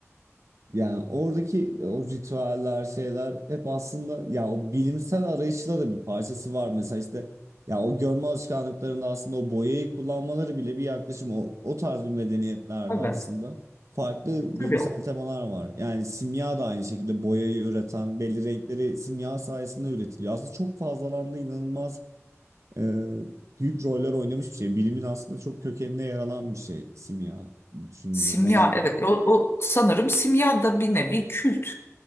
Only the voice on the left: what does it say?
Tabii.
Tabii
o.
Simya
evet o, o sanırım simya da bir nevi kült